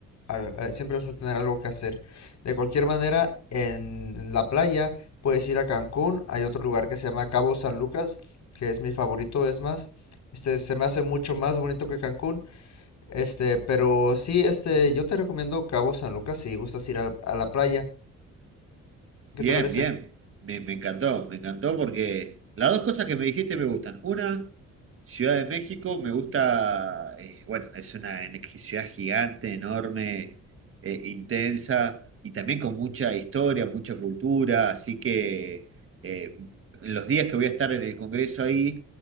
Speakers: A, on the left (about 65°); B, on the right (about 45°).
A: al- eh, siempre vas a tener algo que hacer. De cualquier manera, en la playa puedes ir a Cancún, hay otro lugar que se llama Cabo San Lucas que es mi favorito, es más. Este, se me hace mucho más bonito que Cancún. Este, pero sí, este, yo te recomiendo Cabo San Lucas si gustas ir a, a la playa. ¿Qué
B: Bien,
A: te parece?
B: bien. Me, me encantó, me encantó porque las dos cosas que me dijiste me gustan. Una, Ciudad de México, me gusta, eh, bueno, es una en- ciudad gigante, enorme, eh, intensa y también con mucha historia, mucha cultura, así que eh, en los días que voy a estar en el Congreso ahí,